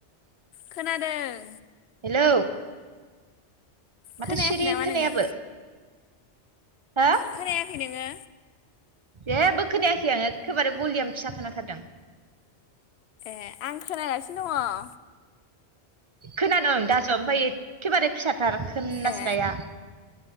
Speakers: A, on the left (about 70°); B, on the right (about 35°).
A: खोनादों।
B: हेलौ माथो
A: खोनायाखै
B: सिरि
A: नामा
B: खोनायाबो।
A: नोङो
B: हो
A: खोनायाखै नोङो।
B: जेबो खोनायाखै आं एखाबारे बलिय फिसा खोनाथारदों।
A: ए आं खोनागासिनो दङ।
B: खोनादों दासो ओमफ्राय एखेबारे फिसाथार खोनास्राया।
A: ए